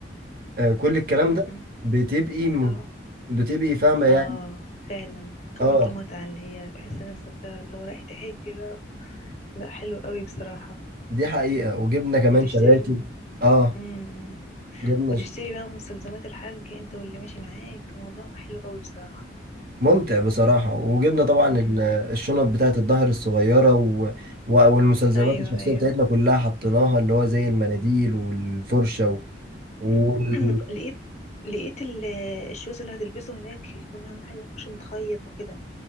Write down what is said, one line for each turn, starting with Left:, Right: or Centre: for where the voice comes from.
Right: آه، كل الكلام
Left: امم
Right: ده
Left: أمم.
Right: بتبقي م...
Left: اه
Right: بتبقي فاهمة يعني
Left: اه فعلا قمة
Right: اه
Left: المتعة اللي هي تحس نفسك بقى اللي هو رايح تحج بقى لا حلو قوي بصراحة
Right: دي حقيقة وجبنا كمان
Left: وتشتري
Right: شباتي
Left: م...
Right: اه
Left: مم.
Right: جبنا
Left: وتشتري
Right: ش...
Left: بقى مستلزمات الحج انت واللي ماشي معاك موضوع حلو قوي بصراحة
Right: ممتع بصراحة وجبنا طبعا
Left: امم
Right: ال- الشنط بتاعة الظهر الصغيرة و... و... والمستلزمات
Left: ايوه
Right: الشخصية
Left: ايوه
Right: بتاعتنا كلها حطيناها اللي هو زي المناديل والفرشة و... وال...
Left: مم. <clears throat> لقيت لقيت ال- الشوز اللي هتلبسه هناك يكون اهم حاجة ميكونش متخيط وكده